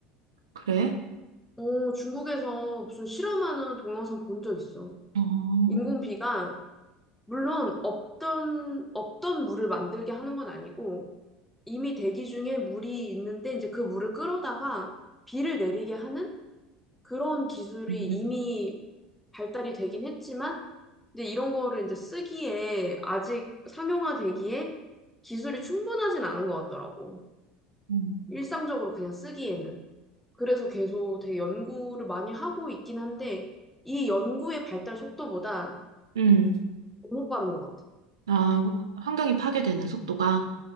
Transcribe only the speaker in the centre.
어, 중국에서 무슨 실험하는 동영상 본 적 있어.
인공 비가, 물론 없던, 없던 물을 만들게 하는 건 아니고, 이미 대기 중에 물이 있는데 이제 그 물을 끌어다가 비를 내리게 하는 그런 기술이
이미 발달이 되긴 했지만, 근데 이런 거를 이제 쓰기에 아직 상용화되기에 기술이 충분하진 않은 것 같더라고.
일상적으로 그냥 쓰기에는. 그래서 계속 되게 연구를 많이 하고 있긴 한데, 이 연구의 발달 속도보다
너무 빠른 것 같아.